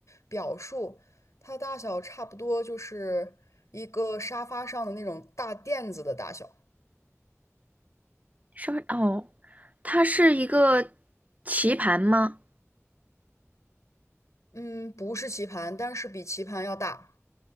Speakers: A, on the left; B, on the right.
A: 表述。它的大小差不多就是一个沙发上的那种大垫子的大小，
B: 稍微哦，它是一个棋盘吗？
A: 嗯，不是棋盘，但是比棋盘要大。